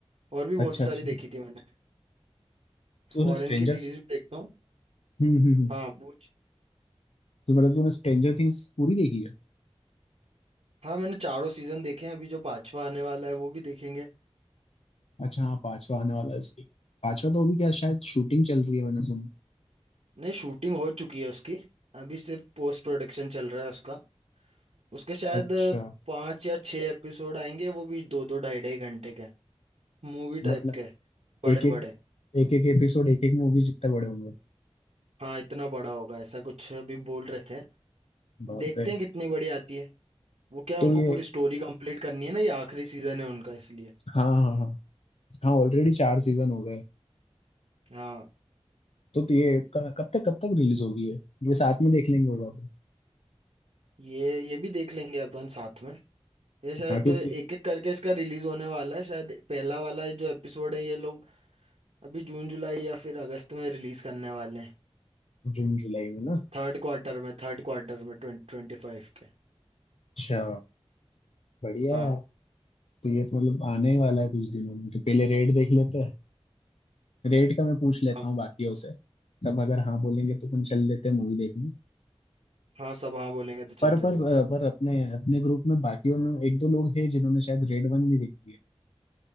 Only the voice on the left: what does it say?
अच्छा
अच्छा
तूने
स्ट्रेंजर
हम्म हम्म हम्म।
तो मतलब तूने स्ट्रेंजर थिंग्स पूरी देखी है
अच्छा हाँ पांचवा आने वाला है उसके पांचवा तो अभी क्या शायद शूटिंग चल रही है मैंने सुना
अच्छा
मतलब
एक एक
एक एक एपिसोड एक एक मूवी जितने बड़े होंगे
बाप
रे
तो
ये
हाँ हाँ हाँ हाँ ऑलरेडी चार सीजन हो गए
तो तो ये क- कब तक कब तक रिलीज होगी है ये साथ में देख लेंगे होगा तो
हाँ क्योंकि
जून जुलाई में ना
अच्छा बढ़िया
है यार तो ये तो मतलब आने ही वाला है कुछ दिनों में तो पहले रेट देख लेते हैं रेट का मैं पूछ लेता
हूँ बाकियों से सब अगर हाँ बोलेंगे तो अपन चल लेते हैं मूवी देखने
पर
पर अ, पर अपने अपने ग्रुप में बाकियों में एक दो लोग हैं जिन्होंने शायद रेड वन भी देखी है